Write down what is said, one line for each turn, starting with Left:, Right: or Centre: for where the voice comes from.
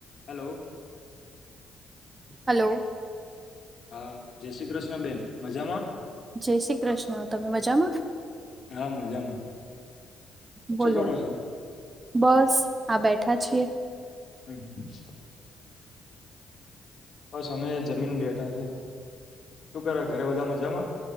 Left: Hello
Right: hello
Left: હા જય શ્રી કૃષ્ણ બેન મજામાં
Right: જય શ્રી કૃષ્ણ તમે મજામાં
Left: આ મજામાં
Right: બોલો
Left: શું કરો છો
Right: બસ આ બેઠા છીએ
Left: હમ હ બસ અમે જમીન બેઠા છે શું કરે ઘરે બધા મજામાં